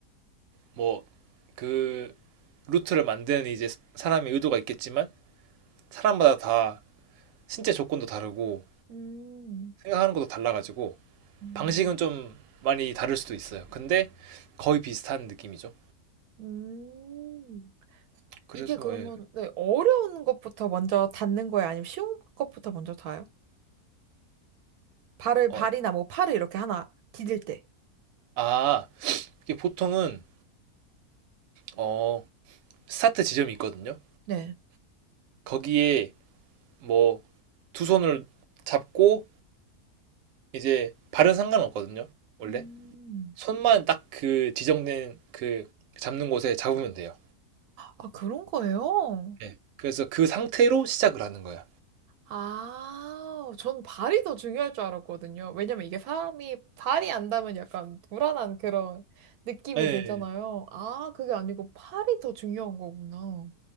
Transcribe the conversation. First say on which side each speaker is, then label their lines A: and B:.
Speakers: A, on the right; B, on the right.
A: 뭐 그 루트를 만드는 이제 사람의 의도가 있겠지만 사람마다 다 신체 조건도 다르고
B: 음,
A: 생각하는 것도 달라가지고
B: 음,
A: 방식은 좀 많이 다를 수도 있어요. 근데 거의 비슷한 느낌이죠.
B: 음.
A: 그래서
B: 이게 그러면
A: 예.
B: 네, 어려운 것부터 먼저 닿는 거예요? 아니면 쉬운 것부터 먼저 닿아요? 발을
A: 어,
B: 발이나 뭐 팔을 이렇게 하나 디딜 때.
A: 아, 이게 보통은 어, 스타트 지점이 있거든요.
B: 네.
A: 거기에 뭐 두 손을 잡고 이제 발은 상관없거든요. 원래
B: 음.
A: 손만 딱 그 지정된 그 잡는 곳에 잡으면 돼요.
B: 아, 그런 거예요?
A: 예. 그래서 그 상태로 시작을 하는 거예요.
B: 아, 전 발이 더 중요할 줄 알았거든요. 왜냐면 이게 사람이 발이 안 닿으면 약간 불안한 그런 느낌이
A: 예.
B: 들잖아요.
A: 예.
B: 아, 그게 아니고 팔이 더 중요한 거구나.